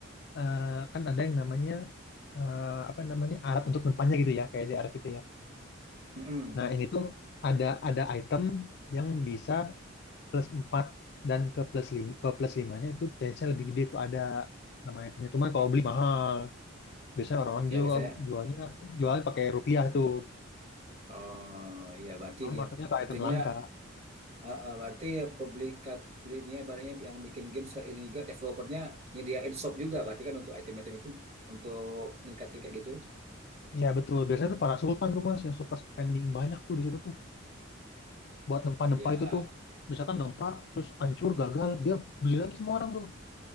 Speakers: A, on the left; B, on the right.
A: eh, kan ada yang namanya eh, apa namanya alat untuk nempanya gitu ya kayak DRV itu ya.
B: mm-mm.
A: Nah ini tuh ada ada item yang bisa plus empat dan ke plus lima ke plus 5-nya itu chance-nya lebih gede tuh ada nama itemnya. Cuman kalau beli mahal. Biasanya orang-orang
B: Ya
A: jual
B: biasanya,
A: jualnya jualnya pakai rupiah tuh.
B: oh ya berarti
A: Cuman
B: dia,
A: masuknya ke item
B: itunya,
A: langka.
B: eh, eh, berarti ya publikat, ini ibaratnya yang bikin game se- ini juga developernya nyediain shop juga, berarti kan untuk item-item itu untuk ningkatin kayak gitu.
A: Ya betul, biasanya tuh para sultan tuh mas yang suka spending banyak tuh di situ tuh. Buat nempa-nempa
B: Ya,
A: itu tuh. Misalkan nempa, terus hancur, gagal, dia beli lagi semua orang tuh.